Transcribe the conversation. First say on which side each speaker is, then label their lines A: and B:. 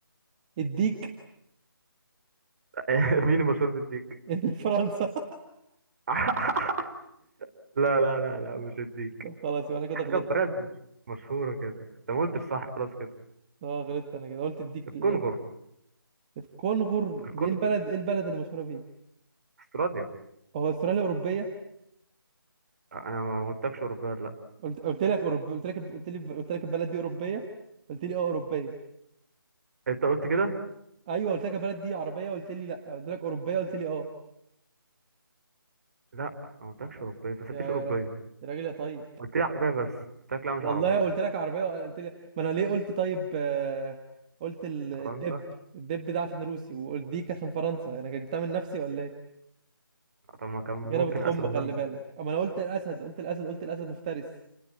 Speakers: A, on the right; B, on the right.
A: الديك
B: <laughs> مين المشهور بالديك
A: <laughs> فرنسا
B: <laughs> لا لا لا لا مش الديك
A: طب خلاص يبقى انا
B: حاجه
A: كده غلطت
B: في بلد مش مشهوره كده انت ما قلتش صح خلاص كده
A: اه غلطت انا كده قلت الديك
B: الكونغر
A: الاجابه الكونغر
B: الكونغر
A: ايه البلد ايه البلد اللي مشهوره فيه
B: استراليا
A: هو استراليا اوروبيه
B: انا ما قلتلكش اوروبيه ولا لا
A: قلت قلت لك اوروبيه قلت لك قلت لي قلت لك البلد دي اوروبيه قلت لي اه اوروبيه
B: انت قلت كده
A: ايوه قلت لك يا بلد دي عربيه قلت لي لا قلت لك اوروبيه قلت لي اه
B: لا أنا ما قلتلكش اوروبيه انت ما سالتنيش
A: يا يا
B: اوروبيه
A: راجل يا راجل يا طيب
B: قلت لي عربيه بس قلت لك لا مش
A: والله
B: عربيه
A: قلت لك عربيه قلت لي ما انا ليه قلت طيب آه، قلت ال- الدب
B: فرنسا
A: الدب ده عشان روسي والديك عشان فرنسا انا جبتها من نفسي ولا ايه
B: طب ما كان ممكن
A: كده بتخم
B: اسد هولندا
A: خلي بالك اما انا قلت الاسد قلت الاسد قلت الاسد مفترس